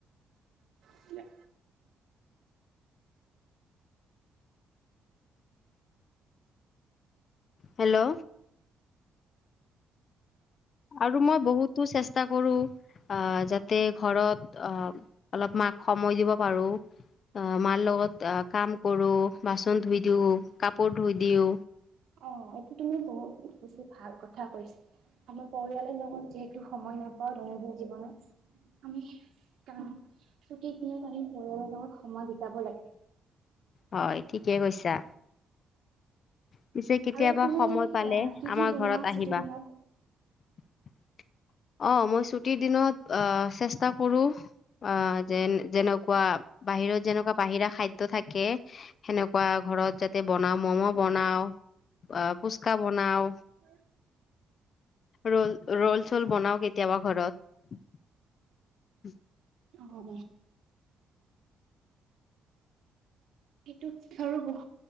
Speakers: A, on the right; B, on the left.
A: দিয়া
B: হেল্লো আৰু মই বহুতো চেষ্টা কৰো অ যাতে ঘৰত অ অলপ সময় দিব পাৰো। আহ মাৰ লগত আহ কাম কৰো বাচন ধুই দিওঁ, কাপোৰ ধুই দিওঁ।
A: অ এইটো তুমি বহুত বেছি ভাল কথা কৈছা আমাৰ পৰিয়ালৰ লগত যিহেতু সময় নাপাওঁ দৈনন্দিন জীৱনত আমি কাম গোটেই দিনত আমি পৰিয়ালৰ লগত সময় বিটাব লাগে।
B: হয় ঠিকে কৈছা পিছে কেতিয়াবা
A: আৰু তুমি
B: সময় পালে
A: আহ কি
B: আমাৰ
A: কি বনোৱা
B: ঘৰত আহিবা।
A: ছুটিৰ দিনত
B: <unintelligible> অ মই ছুটিৰ দিনত আহ চেষ্টা কৰো অ যেন যেনেকুৱা বাহিৰত যেনেকোৱা বাহিৰা খাদ্য থাকে সেনেকোৱা ঘৰত যাতে বনওঁ ম'ম' বনাও অ ফুচকা বনাও
A: উ
B: ৰল ৰল চল বনাও কেতিয়াবা ঘৰত
A: অ সেইটো ধ ৰব